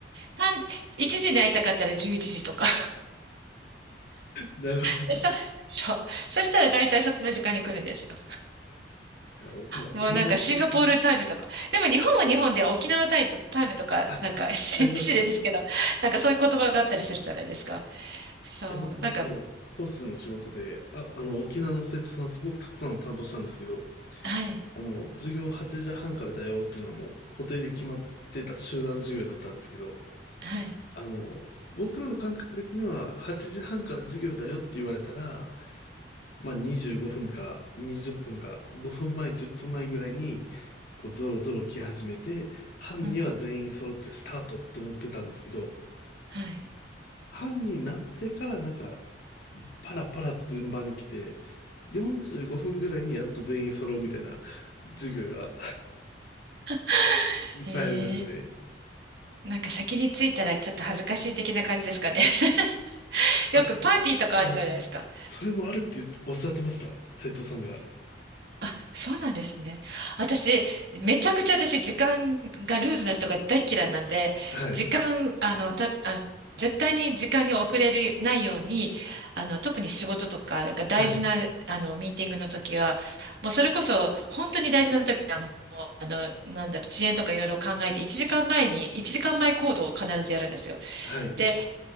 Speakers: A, on the right; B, on the left.
A: 単1時に会いたかったら11時とか。
B: なるほど。
A: で、さ、<laughs> そう。そしたら大体その時間に来るんですよ。
B: いや、僕もあの待ち合わせも、
A: もうなんかシンガポールタイムとか。でも日本は日本で沖縄タイとか、タイムとか、
B: あ、
A: なんか <laughs> 失礼ですけど、
B: ありますね。
A: なんかそういう言葉があったりするじゃないですか。そう。
B: いや、僕、
A: なんか、
B: その、講師の仕事で、あ、あの、沖縄の生徒さんすごくたくさん担当したんですけど、
A: はい。
B: あの、授業8時半からだよっていうのはもう固定で決まってた集団授業だったんですけど、
A: はい。
B: あの、僕らの感覚的には8時半から授業だよって言われたら、まあ25分か20分か5分前、10分前ぐらいにこうゾロゾロ来始めて、班には全員揃ってスタートと思ってたんですけど、
A: うん。はい。
B: 班になってからなんかパラパラと順番に来て、45分ぐらいにやっと全員揃うみたいな授業が
A: <laughs>
B: いっぱいありましたね。
A: へえなんか先に着いたらちょっと恥ずかしい的な感じですかね。<laughs> よくパーティーとかあるじゃないですか。
B: あ、あの、それもあるっておっしゃってました。生徒さんが。
A: あ、そうなんですね。私、めちゃくちゃ私、時間がルーズな人が大っ嫌いなんで、
B: はい。
A: 時間、あの、た、あ、絶対に時間に遅れるないように、あの、特に仕事とか、なんか大事な、
B: はい。
A: あの、ミーティングの時は、もうそれこそ、本当に大事な時は、もう、あの、なんだろう、遅延とかいろいろ考えて、1時間前に、1時間前行動を必ずやるんですよ。
B: はい。
A: で、